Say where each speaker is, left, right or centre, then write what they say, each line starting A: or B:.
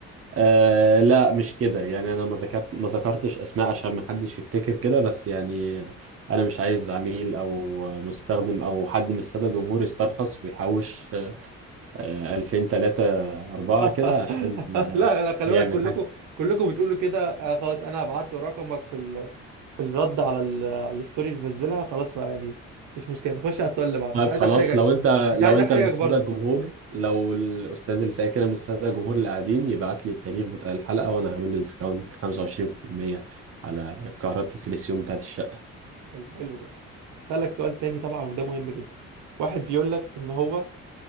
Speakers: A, on the right; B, on the right.
A: آه لا مش كده يعني انا ما ذكرت ما ذكرتش اسماء عشان ما حدش يفتكر كده بس يعني انا مش عايز عميل او مستخدم او حد من الساده الجمهور يسترخص ويحوش آه 2000 3 4
B: <laughs>
A: كده عشان آه،
B: لا لا خلي
A: يعمل
B: بالك كلكم
A: حاجه
B: كلكم بتقولوا كده آه، خلاص انا هبعت له رقمك في ال... في الرد على ال- على الستوري اللي نزلها خلاص بقى يعني مش مشكله نخش على السؤال اللي بعده
A: طيب
B: مش عايز
A: خلاص
B: احرجك
A: لو انت
B: مش
A: لو
B: عايز
A: انت
B: احرجك
A: من الساده
B: برضو
A: الجمهور لو الاستاذ اللي سايق كده من الساده الجمهور اللي قاعدين يبعت لي التاريخ بتاع الحلقه وانا هعمل له ديسكاونت 25% على كهرباء السيليسيوم بتاعت الشقه
B: حلو حلو جدا اسالك سؤال تاني طبعا وده مهم جدا واحد بيقول لك ان هو